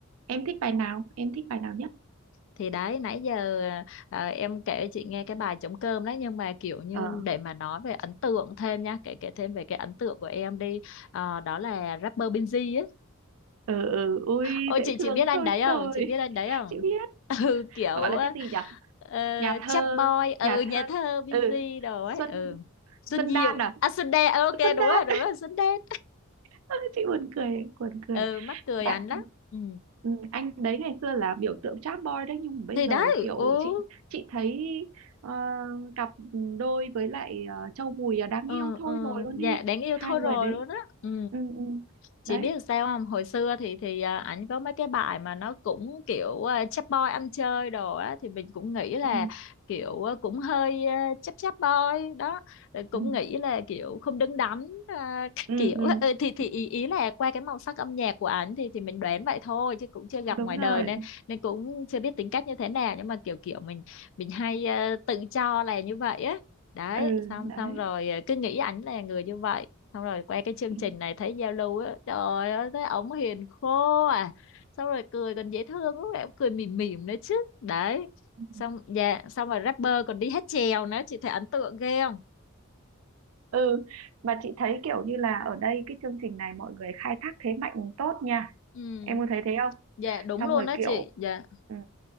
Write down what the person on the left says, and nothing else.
thì đấy nãy giờ ờ, em kể chị nghe cái bài trống cơm đấy nhưng mà kiểu như
để mà nói về ấn tượng thêm nha kể kể thêm về cái ấn tượng của em đi Ờ, đó là rapper Binz ấy
ôi
chị
chị biết anh
đấy không
chị
biết anh đấy không
<laughs> ừ kiểu
ờ,
chap boy ừ
nhà
thơ Binz
đồ
ấy ừ Xuân
Diệu
à Xuân Đen ờ, ok
đúng
rồi đúng rồi Xuân Đen
<laughs>
ừ mắc cười
anh lắm ừ
thì
đấy
ừ
ừ
ừ
dạ đáng yêu
thôi
rồi
luôn á ừ
chị
biết sao không hồi xưa thì thì à, ảnh có mấy cái bài mà nó cũng kiểu à, chap boy ăn chơi đồ á thì mình cũng nghĩ là
kiểu à, cũng hơi à, chap chap boy đó Rồi cũng
nghĩ là kiểu không đứng đắn à, các
kiểu
<laughs> Ừ, thì
thì ý, ý là qua cái màu sắc âm nhạc của ảnh thì thì mình đoán vậy thôi chứ cũng chưa gặp
ngoài đời
nên nên cũng chưa biết tính cách như thế nào nhưng mà kiểu kiểu mình mình hay à, tự cho là như vậy á đấy
xong
xong rồi à, cứ nghĩ ảnh là người như vậy xong rồi quay cái chương
trình này thấy Zalo á trời ơi thấy ổng hiền khô à xong rồi cười còn dễ thương lúc nào cũng cười mỉm mỉm nữa chứ đấy
xong dạ xong rồi rapper còn đi hát chèo nữa chị thấy ấn tượng ghê không
ừ
dạ đúng
luôn
đó
chị dạ